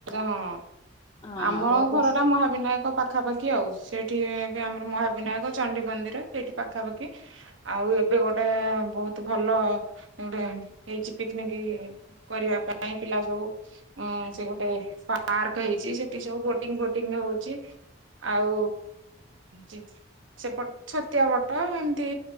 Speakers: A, on the right; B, on the left.
A: ହଁ
B: ହଁ
A: ଆମର
B: ଏ କୁସ୍-
A: ଘର ଟା ମହାବିନାୟକ ପାଖାପାଖି ଆଉ, ସେଇଠି ଏବେ ଆମର ମହାବିନାୟକ ଚଣ୍ଡି ମନ୍ଦିର ସେଇଠି ପାଖାପାଖି। ଆଉ ଏବେ ଗୋଟେ ବହୁତ ଭଲ ଗୋଟେ ହେଇଛି ପିକନିକ କରିବା ପାଇଁ, ପିଲା ସବୁ ଉଁ ସେ ଗୋ ଟେ ପାର୍କ ହେଇଛି, ସେଠି ସବୁ ବୋଟିଂ ଫୋଟିଂ ହଉଛି। ଆଉ ଚି ସେପଟ ଛତିଆବଟ, ହେମିତି